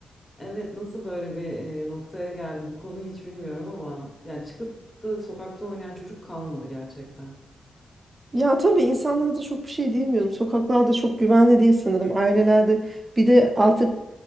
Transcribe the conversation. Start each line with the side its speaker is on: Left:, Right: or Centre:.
Left: evet nasıl böyle bir e, noktaya geldi bu konu hiç bilmiyorum ama yani çıkıp da sokakta oynayan çocuk kalmadı gerçekten.
Right: Ya tabii insanlara da çok bir şey diyemiyorum. Sokaklarda çok güvenli değil sanırım. Ailelerde bir de artık